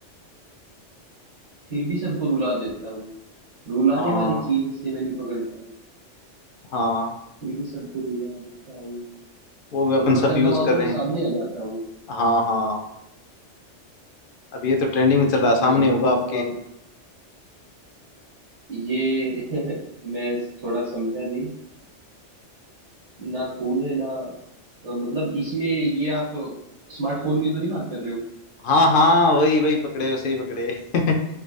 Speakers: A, on the right (about 75°); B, on the left (about 60°).
A: फिर भी सबको रुला देता हूँ रुलाने
B: हाँ
A: वाली
B: हाँ
A: चीज से मैं नहीं पकड़ पा रहा
B: हाँ
A: फिर भी सबको रुला देता हूँ
B: वो भी अपन
A: और बटन
B: सब यूज
A: दबाओ
B: कर
A: तो मैं
B: रहे हैं
A: सामने आ जाता हूँ
B: हाँ हाँ अब ये तो ट्रेंडिंग में चल रहा है सामने
A: अ, बटन
B: होगा आपके
A: दबाओ ये <laughs> मैं थोड़ा समझा नहीं ना खून है ना अ, मतलब इसमें ये आप स्मार्टफोन की तो नहीं बात कर रहे हो
B: हाँ हाँ वही वही पकड़े हो सही पकड़े <laughs>